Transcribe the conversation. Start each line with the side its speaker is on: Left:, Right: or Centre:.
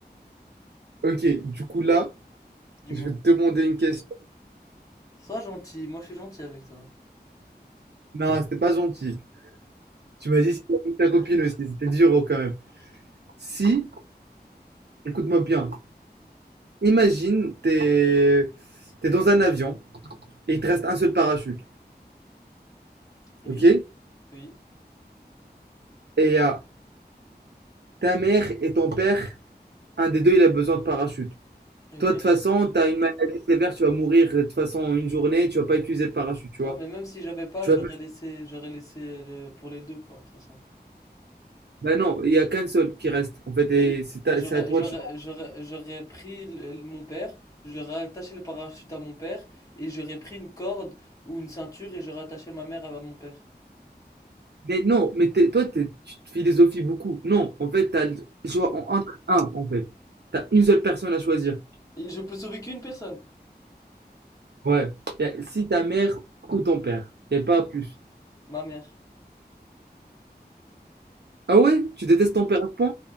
Right: Ok, du coup là,
Left: Dis-moi.
Right: je vais te demander une question.
Left: Sois gentil, moi je suis gentil avec toi.
Right: Non, c'était pas gentil. Tu m'as dit c'était avec ta copine aussi, c'était dur oh, quand même. Si, écoute-moi bien, imagine, t'es t'es dans un avion et il te reste un seul parachute,
Left: Oui,
Right: ok?
Left: oui,
Right: Et euh, ta mère et ton père, un des deux, il a besoin de parachute.
Left: ok.
Right: Toi, de toute façon, t'as une maladie sévère, tu vas mourir de toute façon en une journée, tu vas pas utiliser le parachute, tu vois?
Left: Ah, mais même si j'avais pas,
Right: Tu
Left: j'aurais
Right: vas...
Left: laissé, j'aurais laissé le- pour les deux, quoi, de toute façon.
Right: Bah non, il y a qu'un seul qui reste, en fait, et
Left: Oui,
Right: c'est
Left: bah,
Right: à,
Left: j'aurais,
Right: c'est à toi
Left: j'aurais,
Right: de choisir.
Left: j'aurais, j'aurais pris le- le- mon père, j'aurais attaché le parachute à mon père, et j'aurais pris une corde ou une ceinture et j'aurais attaché ma mère à mon père.
Right: Mais non, mais t'es- toi, t'es- tu te philosophies beaucoup. Non, en fait, t'as le choix en- entre un, en fait. T'as une seule personne à choisir.
Left: Et je peux sauver qu'une personne,
Right: Ouais. Y a- si ta mère ou ton père. Y a pas plus.
Left: ma mère.
Right: Ah ouais? Tu détestes ton père à ce point?